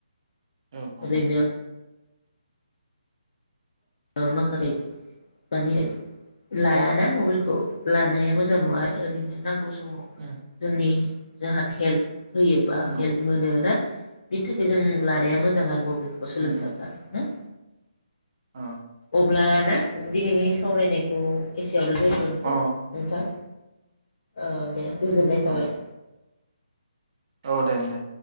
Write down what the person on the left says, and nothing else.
ओरैनो
माखासे माने लायाना मबाइलखौ लानाया मोजां नङा ओरैनो नांगौ सम समाव
जोंनि जाहाथे हेल्प होयोबा
हेल्प मोनो ना? बिनि थाखाय जों लानाया मोजां आरो मब बेलखौ सोलोंसाफ्रा
ना।
अब्ला ना दिनैनि सावरायनायखौ एसेयावनो दोन्थ'नोसै
नोंथां। औ दे गोजोननाय थाबाय।